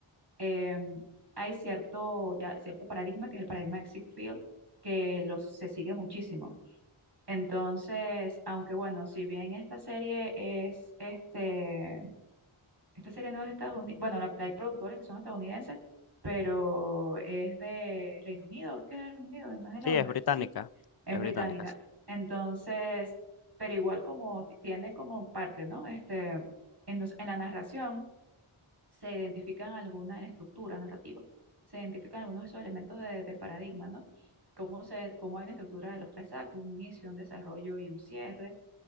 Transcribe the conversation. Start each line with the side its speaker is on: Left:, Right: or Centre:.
Right: em, hay cierto, ya, cierto paradigma, que es el paradigma de Sitfield, que los, se sigue muchísimo. Entonces, aunque bueno, si bien esta serie es, este, esta serie no es de Estados Unidos, bueno, la, hay productores que son estadounidenses, pero es de Reino Unido, es que es de Reino Unido, no es de
Left: Sí,
Right: Londres,
Left: es británica,
Right: sí, es
Left: es
Right: británica.
Left: británica, sí.
Right: Entonces, pero igual como ti- tiene como parte, ¿no? Este, en, los- en la narración se identifican alguna en estructura narrativa, se identifican algunos de esos elementos de- del paradigma, ¿no? Cómo, se, cómo hay una estructura de los tres actos, un inicio, un desarrollo y un cierre.